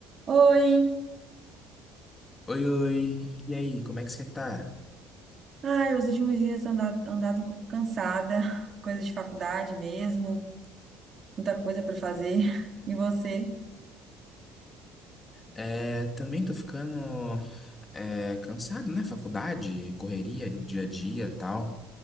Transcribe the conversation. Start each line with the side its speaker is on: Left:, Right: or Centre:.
Right: Oi!
Left: Oi, oi. E aí, como é que você tá?
Right: Ai, os últimos dias andado, andado um pouco cansada, <laughs> coisa de faculdade mesmo, muita coisa para fazer. <laughs> E você?
Left: É, também tô ficando é, cansado, né? Faculdade, correria, dia a dia, e tal.